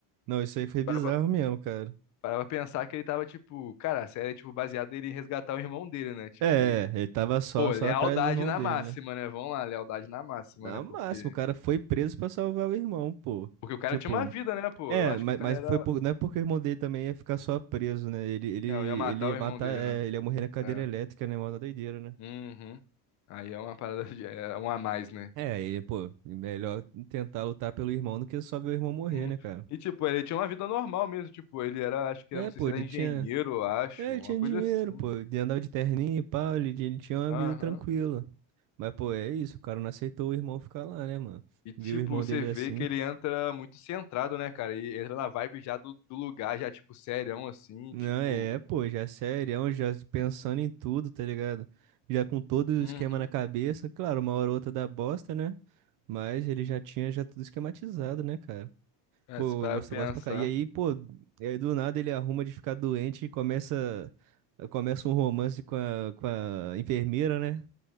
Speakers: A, on the right; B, on the left.
A: Não, isso aí foi bizarro
B: Parava,
A: mesmo, cara.
B: parava pensar que ele tava, tipo, cara, a série é, tipo, baseada ele resgatar o irmão dele, né? Tipo.
A: É, ele tava só,
B: Pô,
A: só
B: lealdade
A: atrás do irmão
B: na
A: dele,
B: máxima,
A: né?
B: né? Vamos lá, lealdade na máxima,
A: Na
B: né?
A: máxima,
B: Porque,
A: o cara foi preso pra salvar o irmão, pô.
B: porque o cara
A: Tipo,
B: tinha uma vida, né, pô?
A: é,
B: Eu acho
A: mas,
B: que o cara
A: mas
B: era.
A: foi por, não é porque o irmão dele também ia ficar só preso, né? Ele, ele,
B: Não, ia matar
A: ele ia
B: o
A: matar,
B: irmão dele,
A: é,
B: né?
A: ele ia morrer na cadeira
B: É.
A: elétrica, né? Mó da doideira, né?
B: Uhum. Aí é uma parada de. É um a mais, né?
A: É, ele, pô, melhor tentar lutar pelo irmão do que só ver o irmão morrer,
B: Uhum.
A: né, cara?
B: E, tipo, ele tinha uma vida normal mesmo. Tipo, ele era, acho que,
A: É,
B: era- não sei
A: pô,
B: se
A: ele
B: era engenheiro,
A: tinha.
B: eu acho.
A: É, ele
B: Uma
A: tinha
B: coisa
A: dinheiro,
B: assim.
A: pô. Ele andava de terninho e pau, ele, ele tinha uma
B: Aham.
A: vida tranquila. Mas, pô, é isso, o cara não aceitou o irmão ficar lá, né, mano?
B: E, tipo,
A: Viu o irmão
B: você
A: dele
B: vê
A: assim.
B: que ele entra muito centrado, né, cara? E entra na vibe já do, do lugar, já, tipo, serião, assim,
A: Não,
B: tipo.
A: é, pô, já é serião, já pensando em tudo, tá ligado? Já com todo o
B: Uhum.
A: esquema na cabeça, claro, uma hora ou outra dá bosta, né? Mas ele já tinha já tudo esquematizado, né, cara?
B: É,
A: Pô,
B: se parar
A: eu gosto,
B: pra
A: eu gosto
B: pensar.
A: pra cá. E aí, pô, e aí do nada ele arruma de ficar doente e começa, começa um romance com a, com a enfermeira, né?